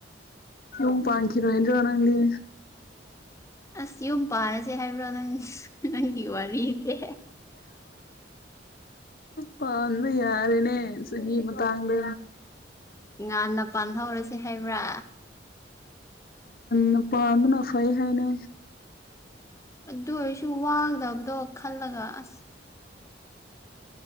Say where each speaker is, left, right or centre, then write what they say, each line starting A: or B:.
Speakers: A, on the left; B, on the left.
A: ꯑꯣ ꯄ ꯀꯔ ꯋꯥꯅꯗꯤ
B: ꯑꯁ ꯌꯨꯝ ꯄꯥꯔꯁꯦ ꯍꯥꯏꯕ꯭ꯔꯣ ꯅꯪ ꯅꯪꯒꯤ ꯋꯥꯔꯤꯁꯦ
A: ꯄꯝꯝꯕ ꯌꯥꯔꯦꯅꯦ ꯆꯍꯤ ꯃꯇꯥꯡꯗ
B: ꯉꯥꯟꯟꯅ ꯄꯥꯟꯊꯧꯔꯁꯤꯦ ꯍꯥꯏꯕ꯭ꯔꯥ
A: ꯃ ꯄꯥꯡꯅꯥꯐꯥ ꯍꯥꯏꯅ
B: ꯑꯗꯨ ꯑꯣꯏꯔꯁꯨ ꯋꯥꯒꯗꯕꯗꯣ ꯈꯜꯂꯒ ꯑꯁ